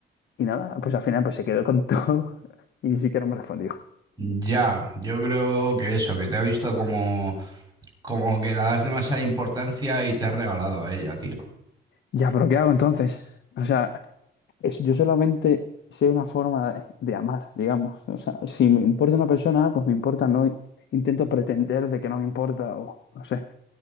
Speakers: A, on the left; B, on the right.
A: Y nada, pues al final pues se quedó con todo <laughs> y ni siquiera me respondió.
B: ya, yo creo que eso, que te ha visto como, como que le das demasiada importancia y te has regalado a ella, tío.
A: Ya, pero ¿qué hago entonces? O sea, es- yo solamente sé una forma de, de amar, digamos. O sea, si me importa una persona, pues me importa, no intento pretender de que no me importa o no sé.